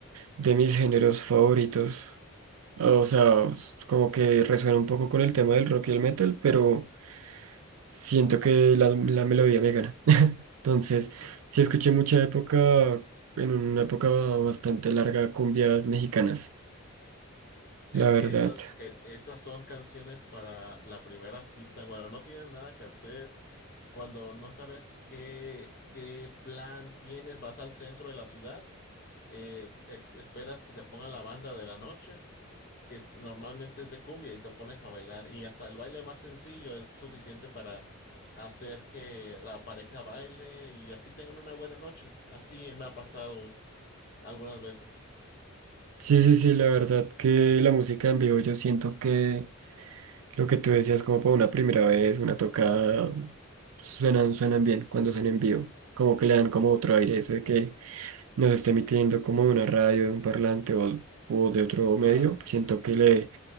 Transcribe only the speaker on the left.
Sí.
<laughs>
Es
que esas, es- esas son canciones para la primera cita. Bueno, no tienes nada que hacer. Cuando no sabes qué, qué plan tienes, vas al centro de la ciudad, eh, es- esperas que se ponga la banda de la noche que es- normalmente es de cumbia y te pones a bailar y hasta el baile más sencillo es suficiente para hacer que la pareja baile y así tengan una buena noche. Así me ha pasado algunas veces.
Ah, sí.